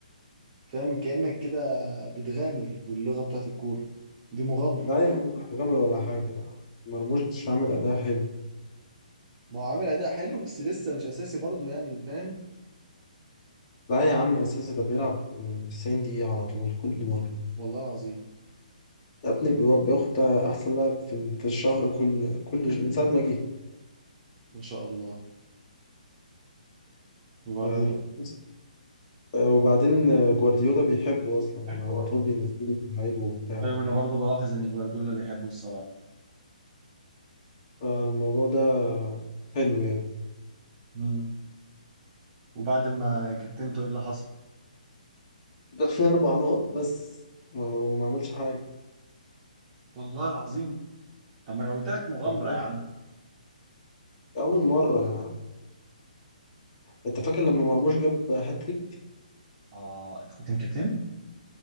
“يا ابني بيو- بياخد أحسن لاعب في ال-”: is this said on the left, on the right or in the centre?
Left